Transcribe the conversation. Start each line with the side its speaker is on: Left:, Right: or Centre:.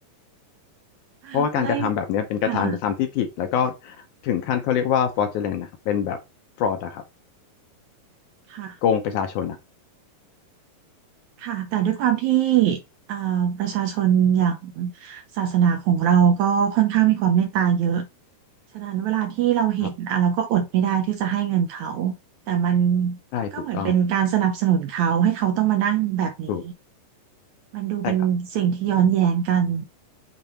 Right: <laughs>
Left: เพราะว่าการกระทำแบบเนี้ยเป็นการกระทำที่ผิดแล้วก็
Right: ไล่ค่ะ
Left: ถึงขั้นเขาเรียกว่า fraudulent นะครับเป็นแบบ fraud อะครับ
Right: ค่ะ
Left: โกงประชาชนนะ
Right: ค่ะแต่ด้วยความที่เอ่อประชาชนอย่างศาสนาของเราก็ค่อนข้างมีความเมตตาเยอะฉะนั้นเวลาที่เราเห็นอ่ะเราก็อดไม่ได้ที่จะให้เงินเขา
Left: ครับ
Right: แต่มัน
Left: ใช่ถูกต้อง
Right: ก็เหมือนเป็นการสนับสนุนเขาให้เขาต้องมานั่งแบบนี้
Left: ถูก
Right: มันดูเป็นสิ่งที่ย้อนแย้งกัน
Left: ใช่ครับ